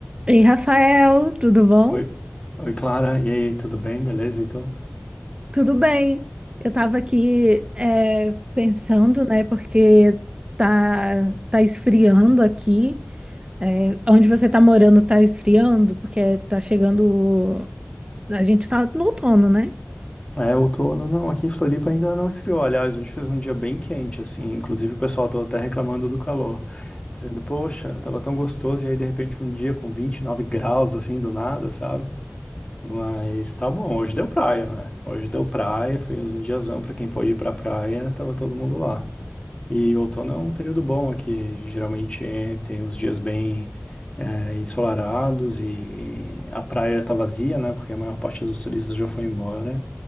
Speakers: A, on the right; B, on the left.
A: Ei, Rafael, tudo bom?
B: Oi, oi Clara, e aí, tudo bem? Beleza, então?
A: Tudo bem. Eu estava aqui é, pensando, né, porque tá, tá esfriando aqui. É, onde você está morando tá esfriando, porque tá chegando. A gente está no outono, né?
B: É, outono não, aqui em Floripa ainda não esfriou. Aliás, hoje fez um dia bem quente, assim, inclusive o pessoal tava até reclamando do calor, dizendo, poxa, tava tão gostoso, e aí de repente um dia com 29 graus, assim, do nada, sabe? Mas tá bom, hoje deu praia, né? Hoje deu praia, fez um diazão pra quem pôde ir pra praia, tava todo mundo lá. E outono é um período bom aqui. Geralmente eh, tem uns dias bem eh, ensolarados e a praia tá vazia, né? Porque a maior parte dos turistas já foi embora.